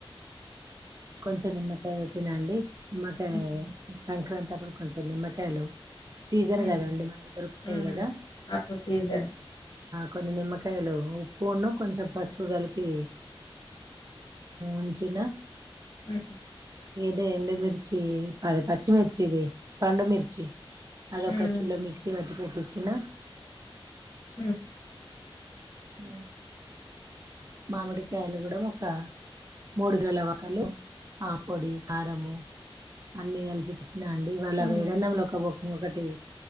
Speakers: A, on the right; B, on the left.
A: కొంచెం నిమ్మకాయ పెట్టినాండి, మగ
B: ఉహు
A: సంక్రాంతి అప్పుడు కొంచెం నిమ్మకాయలు సీజన్
B: ఉమ్
A: కదాండి మనకు దొరుకుతాయి
B: ఉమ్
A: కదా
B: అప్పుడు సీజన్
A: కొన్ని నిమ్మకాయలు ఉప్పును కొంచెం పసుపు కలిపి ఉంచిన
B: ఆ
A: ఇదే ఎండుమిిర్చి పది పచ్చిమిిర్చి ఇది పండుమిిర్చి అదొ ఒక
B: ఉమ్
A: కిలో మిక్సీ వట్టి పెట్టి చ్చిన
B: హ
A: అ మామిడికాయలు కూడా ఒక మూడు గవకాలు ఆ పొడి కారము అన్నిీ కలిపి అండి వాళ్ళవేడి
B: ఉమ్
A: అన్నములో ఒక ముద్ద. ఒకటి